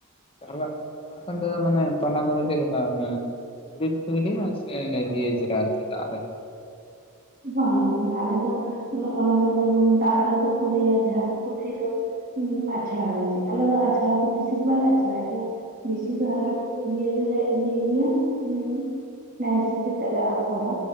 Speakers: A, on the left; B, on the right.
A: ᱟᱨ ᱵᱟᱠᱷᱟᱱ ᱟᱨ ᱵᱟᱠᱷᱟᱱ ᱫᱚ ᱢᱟᱱᱮ ᱛᱟᱱᱟ ᱠᱚᱫᱚ ᱪᱮᱫ ᱞᱮᱠᱟ ᱢᱟᱱᱮ ᱫᱷᱩᱲᱤ ᱨᱮᱠᱚ ᱜᱤᱰᱤᱭᱟ ᱥᱮ ᱞᱤᱭᱮ ᱫᱟᱜ ᱨᱮ
B: ᱵᱟᱝ ᱜᱮ ᱟᱞᱮ ᱫᱚ ᱚᱱᱟ ᱫᱚ ᱡᱮᱢᱚᱱ ᱫᱟᱜ ᱨᱮᱫᱚ ᱠᱚ ᱞᱟᱹᱭᱟ ᱡᱟᱦᱟᱸ ᱫᱚᱠᱚ ᱞᱟᱹᱭ ᱫᱚ, ᱩ ᱟᱪᱪᱷᱲᱟ ᱮᱱᱛᱮ ᱟᱞᱮ ᱫᱚ ᱟᱪᱷᱲᱟ ᱫᱚ ᱵᱮᱥᱤ ᱫᱚ ᱵᱟᱞᱮ ᱟᱪᱷᱲᱟᱭ ᱜᱮᱭᱟ ᱵᱮᱥᱤ ᱫᱚ ᱟᱞᱮ ᱤᱭᱟ. ᱜᱮᱞᱮ ᱤᱭᱟ. ᱭ ᱜᱮᱭᱟ ᱩ ᱱᱟᱭᱥᱤ ᱠᱟᱛᱮᱞᱮ ᱟᱯᱷᱚᱨᱟ